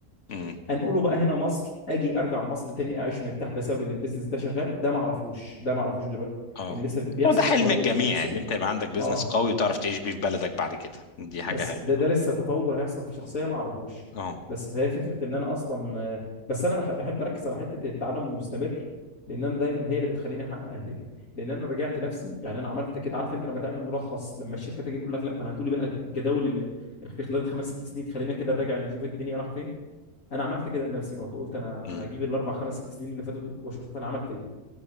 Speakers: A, on the left; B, on the left.
A: امم
B: انقله بقى هنا مصر اجي ارجع مصر تاني اعيش مرتاح بسبب ان البيزنس ده شغال ده ما اعرفوش ده ما اعرفوش دلوقتي
A: اه
B: لان لسه بيحصل
A: هو ده حلم
B: تطور
A: الجميع
B: في الشخصيه
A: ان انت يبقى عندك بيزنس
B: اه
A: قوي وتعرف تعيش بيه في بلدك بعد كده دي
B: بس
A: حاجه حلوه
B: ده ده
A: اه
B: لسه تطور هيحصل في شخصيه ما اعرفوش
A: اه
B: بس فهي فكره ان انا اصلا آه، بس انا بح- بحب اركز على حته التعلم المستمر لان انا دايما هي اللي بتخليني احقق اهدافي لان انا رجعت نفسي يعني انا عملت كده عارف انت لما تعمل ملخص لما الشركه تيجي تقول لك لا طب هاتوا لي بقى الجداول اللي في خلال خمس ست سنين خلينا كده نراجع نشوف الدنيا راح فين انا عملت كده لنفسي برضه قلت انا
A: امم
B: هجيب الاربع خمس ست سنين اللي فاتوا دول واشوف انا عملت ايه